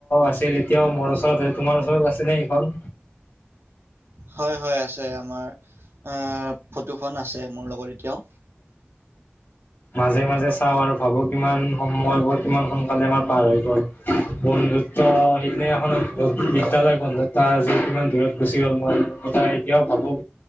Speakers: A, on the left; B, on the right.
A: আছিল এতিয়াও মোৰ ওচৰত সেই তোমাৰ ওচৰত আছে নে সেইখন?
B: হয় হয় আছে আমাৰ আ‌ ফটোখন আছে মোৰ লগত এতিয়াও।
A: মাজে - মাজে চাওঁ আৰু ভাবো কিমান সময়বোৰ কিমান সোনকালে আমাৰ পাৰ হৈ গ'ল। বন্ধুত্ব সেইদিনাখন অ বিদ্যালয় বন্ধুত্ব আজি কিমান দূৰত গুচি গ'ল মই কথা এতিয়াও ভাবো,